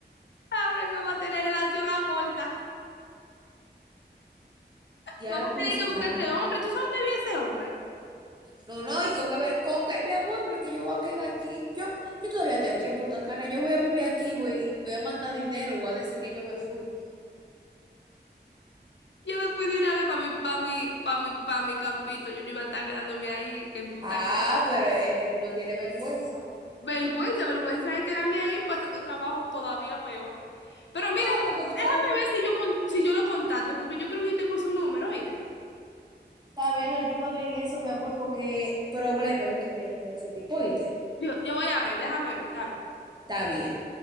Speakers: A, on the left; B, on the right.
A: ahora él no va a tener relación a corta.
B: Ya
A: Vamos
B: tú
A: a tener
B: sabes.
A: que buscar ese hombre. ¿Tú sabes dónde vive ese hombre?
B: No, no, y con que ver, con que, mi amor, pero es que yo voy a quedar aquí. Yo, yo todavía estoy aquí en Punta Cana, yo voy a vivir aquí, güey, y voy a mandar dinero, voy a decir que yo me fui.
A: Yo me fui de una vez para mi, para mi, para mi, para mi campito. Yo no iba a estar quedándome ahí en Punta
B: Ah,
A: Cana.
B: pero es que tú no tienes vergüenza.
A: Vergüenza, vergüenza de quedarme ahí pasando trabajo todavía peor. Pero
B: No,
A: mira,
B: porque tú
A: déjame
B: sabes,
A: ver si yo, con- si yo lo contacto, porque yo creo que yo tengo su número, ¿oíste?
B: está bien, ayúdame en eso, mi amor, porque problema es lo que viene con ese tipo, ¿oíste?
A: Yo, yo voy a ver, déjame ver, está bien.
B: Está bien.